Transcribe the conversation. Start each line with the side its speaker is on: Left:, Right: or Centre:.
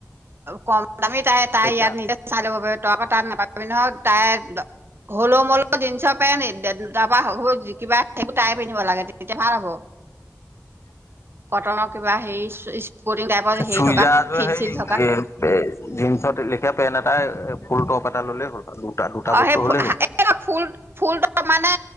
Right: কম দামী তাই তাই
Left: এতিয়া
Right: ইয়াত নিদ চাই লব পাৰি তাৰ পৰা তাত নাপাবি নহয় তাই হলোমলো জিনচ পেণ তাৰ পৰা সৰু কিবা সেই তাই পন্ধিব লাগে তেতিয়া ভাল হ'ব কটনৰ কিবা হেৰি স্পৰ্টিং টাইপৰ হেৰি
Left: চুই
Right: থকা
Left: যাৰয
Right: ফিল
Left: সেই
Right: চিল থকা
Left: জন্চত লেখিয়া পেট আ তাই ফুল টপ এটা ল'লে হ'ল দুটা দুটা
Right: অ
Left: বস্তু
Right: সেই
Left: হ'লেই হ'ল।
Right: এই ফুল ফুল মানে